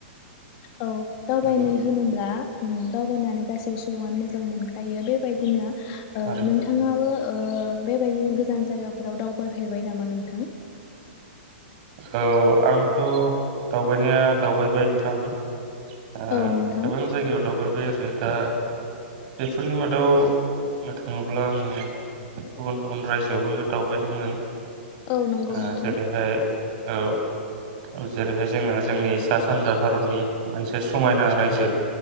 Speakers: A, on the left; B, on the right.
A: औ दावबायनाय
B: नंगौ
A: होनोब्ला उम दाव माने गासिबो सुबुंङानो मोजां मोनखायो बेबायदिनो
B: थारैनो
A: ओ नोंथांङाबो ओ बेबायदिनो गोजान जायगाफोराव दावबाय फेरबाय नामा नोंथां?
B: औ आंथ' दावबायनाया दावबायबाय नोंथां आ
A: औ नोंथां
B: गोबां जायगायाव दावबायबाय आरो दा बेफोरनि मादाव बुंनो थांङोब्ला आंङो गुबुन गुबुन रायजोआवबो दावबायदोंमोन।
A: औ नंगौ
B: ओ
A: नोंथां।
B: जेरैहाय औ औ जेरैहाय जोंङो जोंनि सा सानजा भारतनि मोनसे समायना रायजो